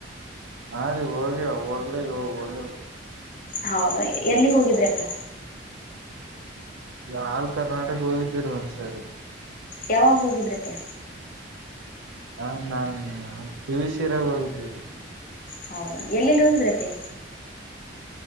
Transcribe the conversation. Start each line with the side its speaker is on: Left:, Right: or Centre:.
Right: ಹಾ ರೀ ಹೋಗಿ ಅವಾಗ್ಲ ಇವಾಗ ಹೋಗಿಲ್ರಿ
Left: ಹೌದಾ ಎಲ್ಲಿ ಹೋಗಿದ್ರೆಪ್ಪ
Right: ಈಗ ಆಲ್ ಕರ್ನಾಟಕ್ ಹೋಗಿದೀರಿ ಒಂದ್ಸರಿ
Left: ಯಾವಗ ಹೋಗಿದ್ರೆ ಪೆ
Right: ಹ ನಾನ್ ಪಿವು ಸರಾಗ ಹೋಗಿದ್ದೇರಿ
Left: ಹೌದಾ ಎಲ್ಲೆಲ್ಲಿ ಹೋಗಿದ್ರಪ್ಪೆ